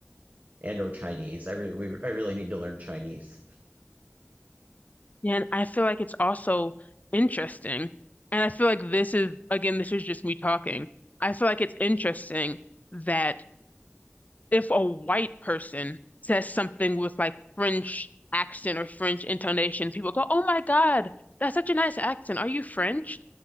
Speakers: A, on the right; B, on the left.
A: and or Chinese. I re we, I really need to learn Chinese.
B: Yeah, And I feel like it's also interesting. And I feel like this is, again, this is just me talking. I feel like it's interesting that if a white person says something with like French accent or French intonation, people go, "Oh my God, that's such a nice accent. Are you French?"